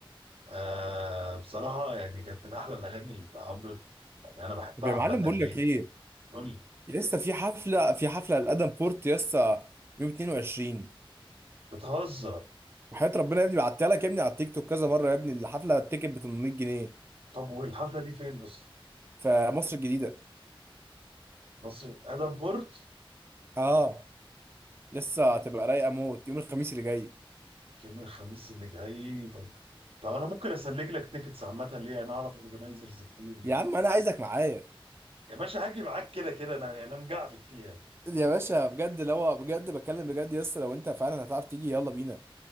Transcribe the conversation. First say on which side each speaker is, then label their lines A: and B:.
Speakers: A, on the right (about 80°); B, on the right (about 25°).
A: آه، بصراحه يعني كانت من احلى الاغاني اللي عمرو يعني انا بحبها
B: طب يا معلم
A: عامه ليه؟
B: بقول لك ايه
A: قول لي
B: لسه في حفله في حفله لادم بورت لسه يوم 22
A: بتهزر
B: وحياة ربنا يا ابني بعتها لك يا ابني على التيك توك كذا مره يا ابني الحفله التيكت ب 800 جنيه
A: طب والحفله دي فين بس؟
B: في مصر الجديده
A: بص ادم بورت
B: اه لسه هتبقى رايقه موت يوم الخميس اللي جاي
A: يوم الخميس اللي جاي طب طب انا ممكن اسلك لك تيكتس عامه ليه انا اعرف اورجنايزرز كتير يعني
B: يا عم انا عايزك معايا
A: يا باشا هاجي معاك كده كده انا انا مجعبد فيها
B: يا باشا بجد لو بجد بتكلم بجد لسه لو انت فعلا هتعرف تيجي يلا بينا